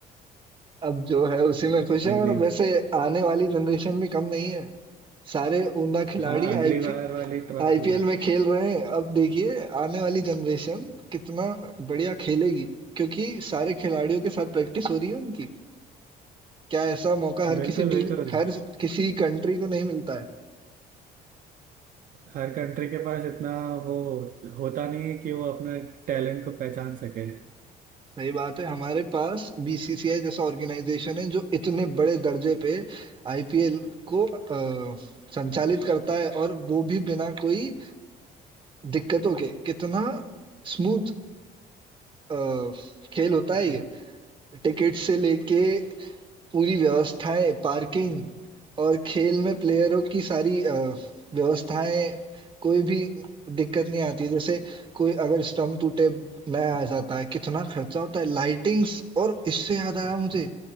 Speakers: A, on the right; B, on the right.
A: अब जो है उसी में खुश
B: अगली
A: है और
B: बार
A: वैसे आने वाली जनरेशन भी कम नहीं है सारे उमदा खिलाड़ी
B: हाँ अगली
A: आईपी
B: बार वाली ट्रॉफी
A: आईपीएल में खेल रहे हैं अब देखिए आने वाली जनरेशन कितना बढ़िया खेलेगी क्योंकि सारे खिलाड़ियों के साथ प्रैक्टिस हो रही है उनकी क्या ऐसा मौका हर
B: बिल्कुल
A: किसी टीम
B: बिल्कुल
A: हर किसी कंट्री को नहीं मिलता है
B: हर कंट्री के पास इतना वो होता नहीं है कि वो अपने टैलेंट को पहचान सके
A: सही बात है हमारे पास बीसीसीआई जैसा ऑर्गेनाइजेशन है जो इतने बड़े दर्जे पे आईपीएल को अ, संचालित करता है और वो भी बिना कोई दिक्कतों के कितना स्मूथ अ, खेल होता है
B: हाँ,
A: ये टिकट से लेके पूरी व्यवस्थाएं पार्किंग और खेल में प्लेयरों की सारी अ, व्यवस्थाएं कोई भी दिक्कत नहीं आती जैसे कोई अगर स्टंप टूटे नया आ जाता है कितना खर्चा होता है लाइटिंग्स और इससे याद आया मुझे